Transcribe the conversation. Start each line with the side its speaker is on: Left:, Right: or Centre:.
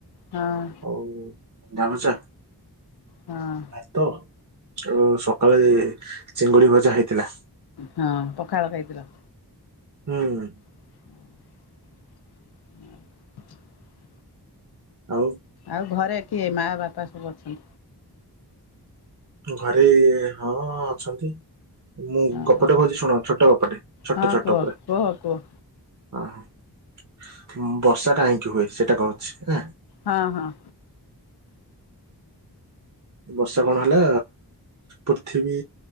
Left: ହଁ
Right: ଆଉ ଅଣ୍ଡା ଭଜା
Left: ହଁ
Right: ଭାତ ଆଉ ସ ସକାଳେ ଚିଙ୍ଗୁଡି ଭଜା ହେଇଥିଲା
Left: ହଁ ପଖାଳ ଖାଇଥିଲ?
Right: ହୁଁ।
Left: <inaudible> <inaudible>
Right: ଆଉ
Left: ଆଉ ଘରେ କିଏ ମା ବାପା ସବୁ ଅଛନ୍ତି?
Right: ଘରେ ହଁ ଅଛନ୍ତି ମୁଁ
Left: ହଁ।
Right: ଗପଟେ କହୁଛି ଶୁଣ ଛୋଟ ଗପଟେ ଛୋଟ
Left: ହଁ
Right: ଛୋଟ
Left: କୁହ
Right: ପୁରା
Left: କୁହ କୁହ
Right: ହଁ। ବର୍ଷା କାହିଁକି ହୁଏ ସେଇଟା କହୁଛି ଆଁ।
Left: ହଁ ହଁ।
Right: ବର୍ଷ କଣ ହେଲା ପୃଥିବୀ